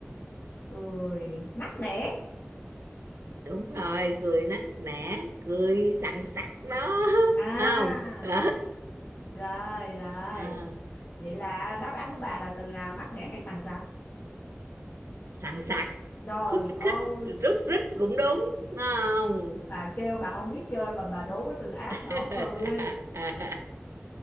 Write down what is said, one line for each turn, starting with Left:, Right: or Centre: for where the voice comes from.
Left: cười nắc nẻ
Right: đúng rồi cười nắc nẻ cười sằng sặc đó <laughs>
Left: à
Right: không ừ.
Left: rồi rồi
Right: Ờ.
Left: vậy là đáp án của bà là từ nào nắc nẻ hay sằng sặc
Right: sằng sạc,
Left: trời
Right: khúc
Left: ơi
Right: khích rúc rít cũng đúng đúng không
Left: bà kêu bà không biết chơi mà bà đố cái từ ác
Right: <laughs>
Left: bỏ từ đi